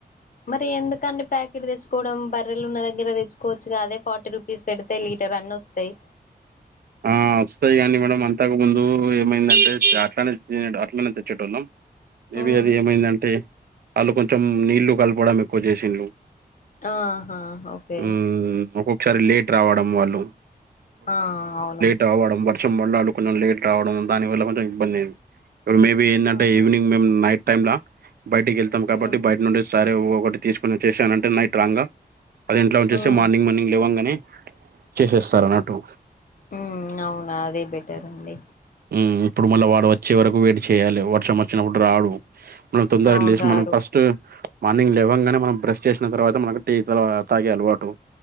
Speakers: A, on the left (about 55°); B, on the right (about 70°).
A: మరి ఎందుకండి ప్యాకెట్ తెచ్చుకోవడం బర్రలు ఉన్న దగ్గర తెచ్చుకోవచ్చు అదే ఫార్టీ రుపీస్ పెడు తె లీటర్ అన్న వస్తాయి
B: ఆ వస్తాయి కానీ మేడం అంతకు ముందు ఏమైందంటే అట్లానే తిన్ అట్లనే తెచ్చేటొళ్ళం మేబీ
A: ఉమ్
B: అది ఏమైందంటే వాళ్ళు కొంచెం నీళ్లు కలపవడం ఎక్కువ చేసిలు
A: ఆహా ఓకే
B: ఊ ఒక్కొక్కసారి లేట్ రావడం వాళ్ళు
A: ఆ అవును
B: చాలాడం వర్షం పడినాడు కొంచెం లేట్ రావడం దాని వల్ల కొంచెం ఇబ్బంది ఐంది ఇప్పుడు మేబీ ఏందంటే
A: అవునా
B: ఈవినింగ్ మేము నైట్ టైంలా బయటికి వెళ్తాం కాబట్టి
A: ఉమ్
B: బయట నుండి సరే ఒకటి తీసుకున వచ్చేసానంటే నైట్ రాంగ్గా పది ఇంట్లో ఉంచే
A: ఉమ్
B: మార్నింగ్ మార్నింగ్ లేవంగనే చేసేస్తారు అన్నట్టు
A: ఊ అవునా అదే బెటర్ అండి
B: ఊ ఇప్పుడు మళ్ళా వాడు వచ్చే వరకు వెయిట్ చేయాలి వర్షం వచ్చినప్పుడు రాడు ఆ తొందరగా
A: అవును
B: లేసి
A: రారు
B: మనం ఫస్ట్ మార్నింగ్ లెవంగానే మనం బ్రష్ చేసిన తర్వాత మనకు టీ త తాగే అలవాటు